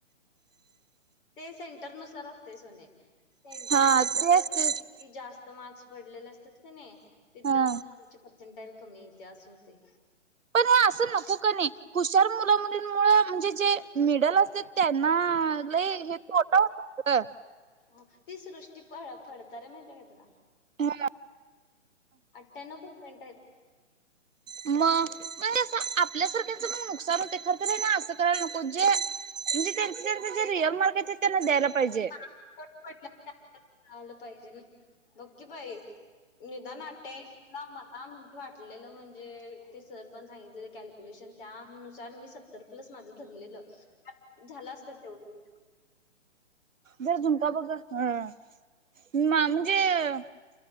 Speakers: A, on the left; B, on the right.
A: ते सेंटरनुसार असते सोने. सेंटर
B: हा तेच
A: किती
B: तेच
A: जास्त तर मार्क्स पडलेले असतात क नाही तिथ
B: हा
A: मग आमचे <unintelligible> कमी ते असं होतंय.
B: पण हे असं नको कनई? हुशार मुल मुलींमुळे म्हणजे जे मिडल असते त्यांना लय हा तोटा होतंय गं.
A: हो ती सृष्टी पळ फडतरे माहिती माहितीये का तुला?
B: हा.
A: आठ्यानावं पर्सेंट आहेत.
B: मग हे असं आपल्यासारखच नुकसान होतंय खर त्यांनी असं करायला नको. जे म्हणजेे त्यांचं त्यांचं जे रियल मार्क हायत त्यांना
A: <unintelligible>
B: ते द्यायला पाहिजे
A: आलं पाहिजेल. <unintelligible> बघ की बाई निदान अठ्ठयाऐंशी ना मला म्हणजे वाटलेलं म्हणजे ते सर पण सांगितले कॅल्क्युलेशन त्यानुसार मी सगळे तर प्लस माझं धरलेलं, झालं असतं तेवढं
B: जर जरा झुणका बघ ग, मांज, जर तुम बघ म्हणजे